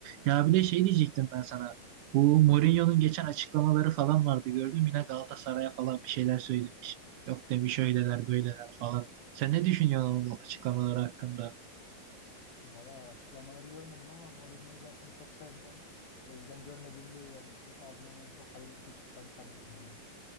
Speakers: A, on the right (about 75°); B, on the left (about 75°).
A: Ya bir de şey diyecektim ben sana. Bu Mourinho'nun geçen açıklamaları falan vardı gördüm. Yine Galatasaray'a falan bir şeyler söylemiş. Yok demiş öyleler böyleler falan. Sen ne düşünüyorsun onun açıklamaları hakkında?
B: Valla açıklamaları görmedim ama Mourinho'yu zaten çok sevmem. O yüzden görmediğimde iyi olmuş. Ağzından onun çok hayırlı bir şey çıkacağını sanmıyorum yani.